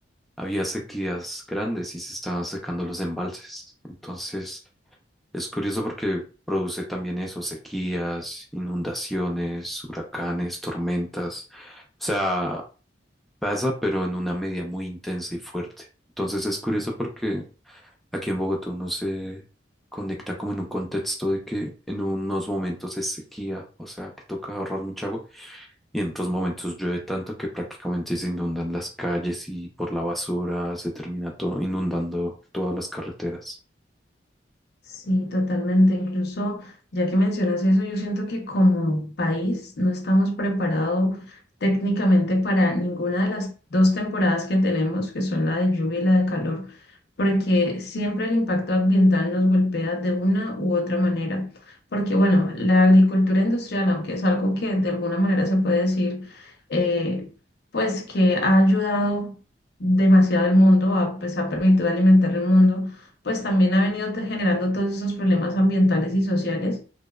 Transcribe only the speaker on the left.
Sí, totalmente. Incluso, ya que mencionas eso, yo siento que como país no estamos preparados técnicamente para ninguna de las dos temporadas que tenemos, que son la de lluvia y la de calor, porque siempre el impacto ambiental nos golpea de una u otra manera. Porque, bueno, la agricultura industrial, aunque es algo que de alguna manera se puede decir, eh, pues que ha ayudado demasiado al mundo, ha- pues ha permitido alimentar el mundo pues también ha venido te- generando todos esos problemas ambientales y sociales.